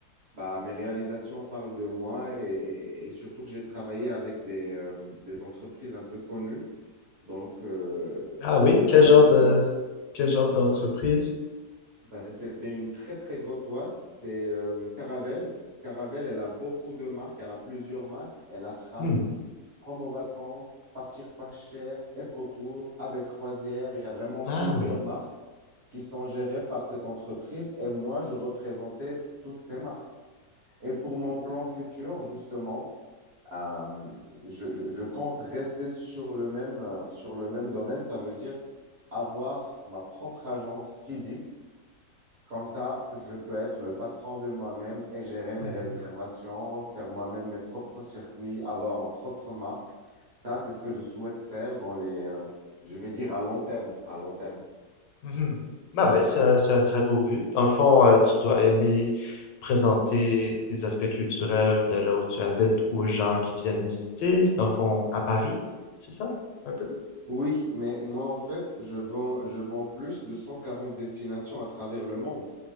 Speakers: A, on the right (about 50°); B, on the left (about 85°).
A: bah, mes réalisations parlent de moi et, et- et surtout que j'ai travaillé avec des, euh, des entreprises un peu connues. Donc, euh,
B: Ah oui,
A: j'ai
B: quel
A: pas
B: genre
A: besoin.
B: de, quel genre d'entreprise?
A: Ben, c'était une très, très grosse boîte. C'est euh, Caravelle. Caravelle, elle a beaucoup de marques. Elle a plusieurs marques. Elle a Fram,
B: Hmm.
A: Promo Vacances, Partir pas cher, EcoTour, Avec Croisière. Il y a vraiment plusieurs
B: Ah oui.
A: marques qui sont gérées par cette entreprise. Et moi, je représentais toutes ces marques. Et pour mon plan futur, justement, euh, je, je- je compte rester sur le même, euh, sur le même domaine. Ça veut dire avoir ma propre agence physique comme ça, je peux être le patron de moi-même et gérer mes
B: Mhm.
A: réservations, faire moi-même mes propres circuits, avoir ma propre marque. Ça, c'est ce que je souhaite faire dans les, euh, je vais dire à long terme, à long terme.
B: Mhm. Bah oui c'est un, c'est un très beau but. Dans le fond, euh, tu dois aimer présenter des aspects culturels de là où tu habites aux gens qui viennent visiter, dans le fond, à Paris, c'est ça? Un peu?
A: Oui, mais moi, en fait, je vends, je vends plus de 140 destinations à travers le monde.